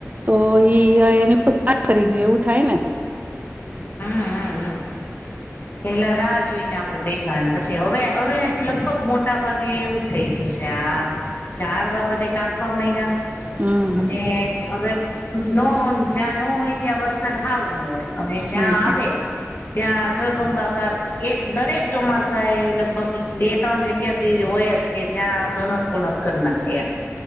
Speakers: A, on the right; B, on the left.
A: તો ઈ એની ખરી ગયું એવું થાય ને?
B: હમ હમ હમ પેલા રાહ જોઈને આપડે બેઠ થ પછી હવે હવે લગભગ મોટા ભાગે એવું થઈ ગયું છે આ ઝાડવા બધે કાપવા મંડ્યા
A: હમ હમ
B: અને હવે ન જ્યાં ન હોય ત્યાં વરસાદ હાવ ન હોય અને જ્યાં
A: હા હા
B: આવે ત્યાં જળબંબાકાર. એક દરેક ચોમાસા એ લગભગ બે ત્રણ જગ્યા તો એવી હોય જ કે જ્યાં ધનતપણત કર નાખે એમ